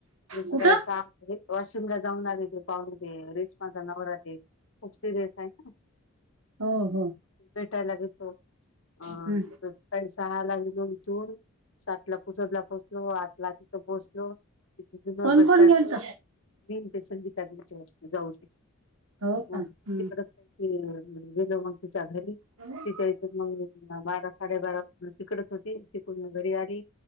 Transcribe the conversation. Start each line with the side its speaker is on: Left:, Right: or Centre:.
Left: जसं
Right: कुठं
Left: काय सासरी, वाशिमला जाऊन आले त पाहून रेश्माचा नवरा ते. खूप सिरियस आहे ना.
Right: हो हो
Left: भेटायला गेलतो, आ
Right: हम्म.
Left: तस सकाळी सहा ला गेलो उथून सात ला पूजत. पोहचलो आठला तिथं पोहचलो, मग तिथन
Right: कोण
Left: बस
Right: कोण
Left: स्टँड
Right: गेलत
Left: ने ते संगीता जाऊ शकत
Right: हो
Left: कोणती
Right: का हम्म.
Left: करत नाही. हम्म मग गेलो मग तिच्या घरी.
Right: हम्म,
Left: तिच्यास मग बारा साडेबारा तिकडच होती. घरी आली,